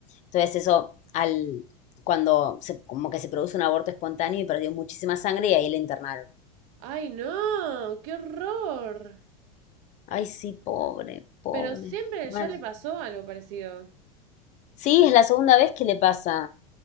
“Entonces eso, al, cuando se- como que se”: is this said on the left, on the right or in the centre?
Left